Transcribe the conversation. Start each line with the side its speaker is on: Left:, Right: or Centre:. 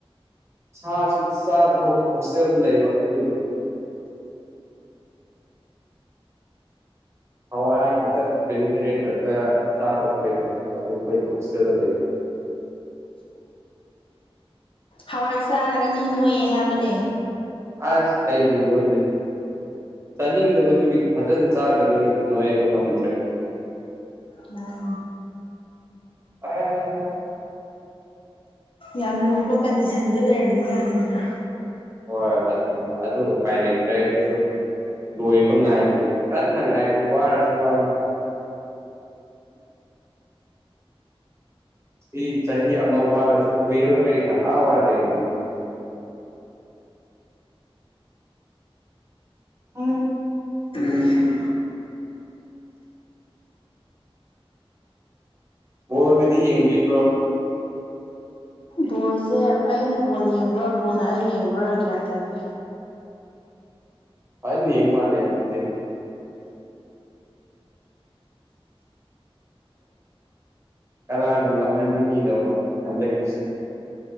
Right: ꯁꯥꯁꯨ ꯆꯥꯗꯕ ꯍꯣꯁꯇꯦꯜꯗ ꯂꯩꯕ ꯑꯗꯨꯒꯤ ꯍꯋꯥꯏ ꯈꯛꯇ ꯚꯦꯖꯤꯇꯔꯤꯟ ꯈꯛꯇ ꯆꯥꯕ ꯈꯣꯏꯗꯣ ꯑꯗꯨ ꯑꯩꯈꯣꯏꯗ ꯍꯣꯁꯇꯦꯜꯗ ꯂꯩꯕ
Left: ꯍꯋꯥꯏ ꯆꯥꯔꯒ ꯃꯤ ꯅꯣꯏꯑꯦ ꯍꯥꯏꯕꯅꯦ
Right: ꯑꯁ ꯑꯩꯗꯤ ꯅꯣꯏꯗꯦ ꯆꯥꯅꯤꯡꯗꯕꯗꯨꯒꯤ ꯐꯖꯅ ꯆꯥꯗꯕꯒꯤ ꯅꯣꯏꯕ ꯉꯝꯗ꯭ꯔꯦ
Left: ꯃꯥꯟ
Right: <unintelligible>
Left: ꯌꯥꯝ ꯂꯨꯕ ꯀꯟꯗꯤꯁꯟꯗ ꯂꯩꯔꯝꯃꯤꯖꯥꯠꯅꯤꯗꯅ
Right: ꯍꯣꯏ ꯑꯗꯨ ꯑꯗꯨ ꯎꯄꯥꯏ ꯂꯩꯇ꯭ꯔꯦ ꯑꯩꯈꯣꯏꯁꯨ ꯂꯣꯏꯕ ꯉꯥꯏꯔꯤꯅꯦ ꯀꯟꯅ ꯉꯥꯏꯔꯤ ꯋꯥꯔꯁꯨ ꯋꯥꯅ ꯏ ꯆꯍꯤ ꯑꯃ ꯋꯥꯜꯂꯁꯨ ꯀꯨꯏꯔꯔꯣꯏꯅ ꯍꯔꯥꯎ ꯋꯥꯏꯔ ꯂꯩꯕꯅꯦ꯫ ꯎꯝ
Left: ꯎꯝ
Right: ꯕꯣꯜꯒꯗꯤ ꯌꯦꯡꯕꯤꯕ꯭ꯔꯣ?
Left: ꯕꯣꯜꯁꯦ ꯑꯩꯅ ꯕꯣꯜ ꯌꯦꯡꯕ꯭ꯔꯥ ꯕꯣꯜꯅ ꯑꯩ ꯌꯦꯡꯕ꯭ꯔꯥ ꯒ꯭ꯌꯥꯟ ꯇꯥꯗꯦ꯫
Right: ꯐꯖꯟꯅ ꯌꯦꯡ ꯃꯥꯂꯦ ꯑꯗꯨꯗꯤ꯫ ꯀꯅꯥꯒ ꯉꯝꯍꯟꯅꯤꯡꯉꯤꯅꯣꯕ ꯍꯟꯗꯛꯀꯤꯁꯦ꯫